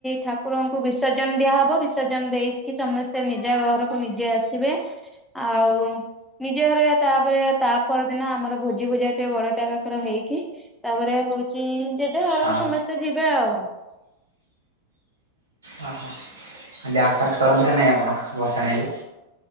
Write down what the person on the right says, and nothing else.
ହଁ
ହ ହୋ ଡ୍ୟାନ୍ସ ଫାନସ କରନ୍ତି ନାହିଁ ଆପଣ? ଭସାଣି ହେଲେ